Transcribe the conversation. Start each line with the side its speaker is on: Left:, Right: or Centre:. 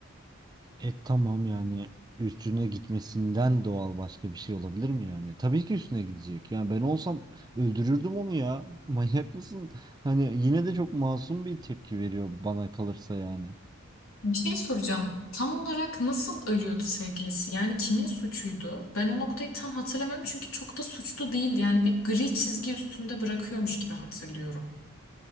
Right: E tamam yani üstüne gitmesinden doğal başka bir şey olabilir mi yani? Tabii ki üstüne gidecek. Yani ben olsam öldürürdüm onu ya. <laughs> Manyak mısın? Hani yine de çok masum bir tepki veriyor bana kalırsa yani.
Left: Bir şey soracağım. Tam olarak nasıl ölüyordu sevgilisi? Yani kimin suçuydu? Ben o noktayı tam hatırlamıyorum çünkü çok da suçlu değildi. Yani bir gri çizgi üstünde bırakıyormuş gibi hatırlıyorum.